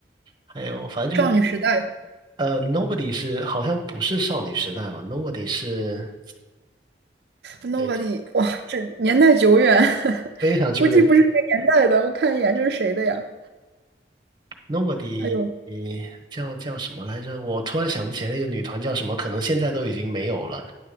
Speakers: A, on the right; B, on the right.
A: 还有，反正就
B: 少女时代
A: 呃，Nobody 是好像不是少女时代吧？Nobody 是
B: ，Nobody，
A: 诶
B: 哇，这年代久远，<laughs>
A: 非常久远
B: 估计不是这个年代的。我看一眼，这是谁的呀？
A: ，Nobody
B: 哎呦
A: 叫叫什么来着？我突然想不起来那个女团叫什么，可能现在都已经没有了。